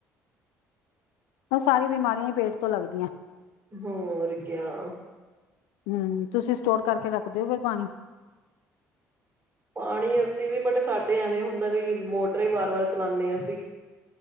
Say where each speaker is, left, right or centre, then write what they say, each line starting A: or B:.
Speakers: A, on the left; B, on the right.
A: ਔ ਸਾਰੀ ਬਿਮਾਰੀਆਂ ਹੀ ਪੇਟ ਤੋਂ ਲੱਗਦੀਆਂ
B: ਹੋਰ ਕਯਾ
A: ਹੂ ਤੁਸੀਂ ਸਟੋਰ ਕਰਕੇ ਰੱਖਦੇਓ ਫਿਰ ਪਾਣੀ
B: ਪਾਣੀ ਅਸੀਂ ਵੀ ਬਟ ਸਾਡੇ ਐਵੇਂ ਹੁੰਦਾ ਵੀ ਮੋਟਰ ਵਾਰ ਵਾਰ ਚਲਾਉਂਦੇ ਹਾਂ ਅਸੀਂ